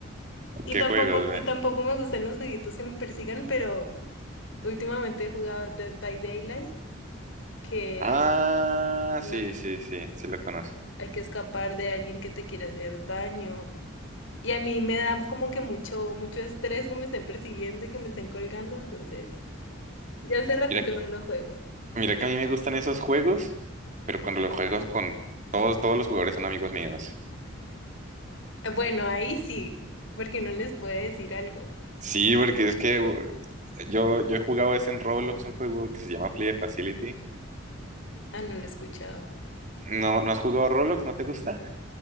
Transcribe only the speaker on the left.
Y
tampoco,
y tampoco me gustan los jueguitos que me persigan, pero últimamente he jugado Dead by Daylight, que
es, no
sé,
hay que escapar de alguien que te quiere hacer daño. Y a mí me da como que mucho, mucho estrés que me estén persiguiendo y que me estén colgando, entonces ya hace ratico
no lo juego.
Eh, Bueno, ahí sí, porque no les puede decir algo.
Ah, no lo he escuchado.